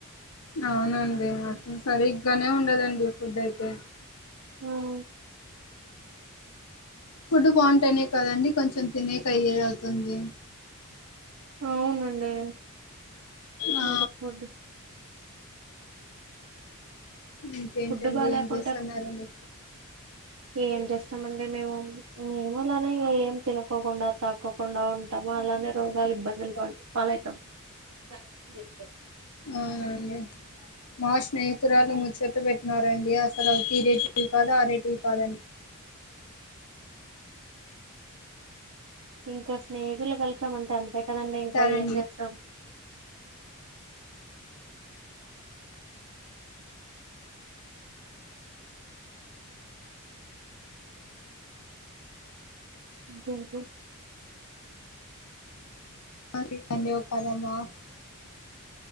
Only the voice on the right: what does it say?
ఏమో,
అవునండి.
ఇంకా ఫుడ్
ఫుడ్ బాలేకుంటే
ఏం చేస్తామండి. మేము మే అలానే ఇం ఏం తినకోకుండా తక్కోకుండా ఉంటాము. అలానే రోగాలు ఇబ్బందులు పాటు పాలవుతాం. స <inaudible>
ఇంకా స్నేహితులు కలిసాం అంటే అంతే కదండి. ఇంకా
ఏం చేస్తాం. ఇంకేంటి,